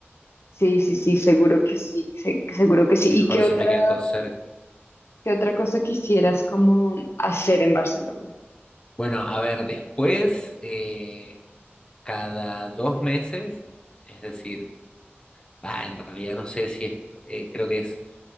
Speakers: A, on the left; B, on the left.
A: sí, sí, sí, seguro que sí, se- seguro que sí.
B: Mejor
A: ¿Y qué
B: si
A: otra?
B: me queda todo cerca.
A: ¿Qué otra cosa quisieras como hacer en Barcelona?
B: Bueno, a ver, después, eh, cada dos meses, es decir, bah, en realidad no sé si es, eh, creo que es